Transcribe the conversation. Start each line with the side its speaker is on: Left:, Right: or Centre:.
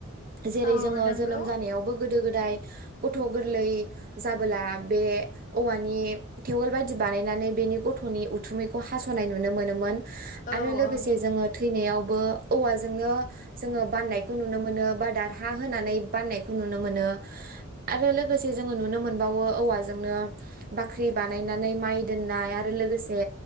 Right: जेरै
Left: औ
Right: जोङो
Left: नंगौ
Right: जोनोम जानायावबो गोदो-गोदाय गथ' गोरलै जाबोला बे औवानि थेवोल बायदि बानायनानै बेनि गथ'नि उथुमैखौ हास'नाय नुनो मोनोमोन
Left: औ
Right: आरो लोगोसे
Left: औ
Right: जोङो थो थैनायावबो औवाजोंनो जोङो बाननायखौ नुनो मोनो बा दारहा होना बाननायखौ नुनो मोनो आरो लोगोसे जोङो नुनो मोनबावो औवाजोंनो बाख्रि बानायनानै माइ दोननाय आरो लोगोसे